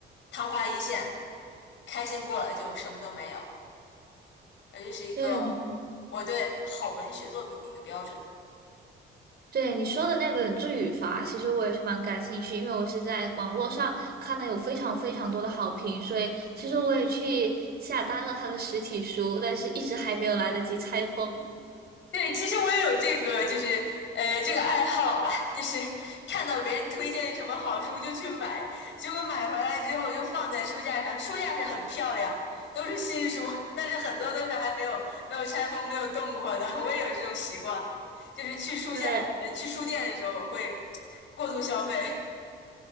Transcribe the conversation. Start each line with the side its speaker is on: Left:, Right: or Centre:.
Left: 昙花一现，开心过了就什么都没有。而这是一个
Right: 对
Left: 我对好文学作品的一个标准。
Right: 对，你说的那本《罪与罚》，其实我也是蛮感兴趣，因为我是在网络上看到有非常非常多的好评，所以其实我也去下单了他的实体书，但是一直还没有来得及拆封。
Left: 对，其实我也有这个，就是呃，这个爱好啊，就是看到别人推荐什么好书就去买，结果买回来之后又放在书架上，书架是很漂亮，都是新书，但是很多都是还没有没有拆封、没有动过的。我也有这种习惯，就是去书架，
Right: 对
Left: 呃，去书店的时候会过度消费。